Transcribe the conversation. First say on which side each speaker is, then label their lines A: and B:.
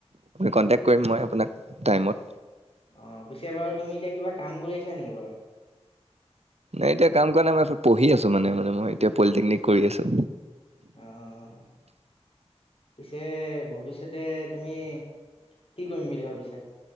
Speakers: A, on the right (about 70°); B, on the left (about 55°).
A: কণ্টেক কৰিম মই আপোনাক। টাইমত
B: অ পিছে বাৰু তুমি এতিয়া কিবা কাম কৰি আছা নেকি বাৰু?
A: নাই এতিয়া কাম কৰা নাই মই পঢ়ি আছো মানে মই এতিয়া পলিটেকনিক কৰি আছো।
B: অহ। পিছে ভৱিষ্যতে তুমি কি কৰিম বুলি ভাবিছা?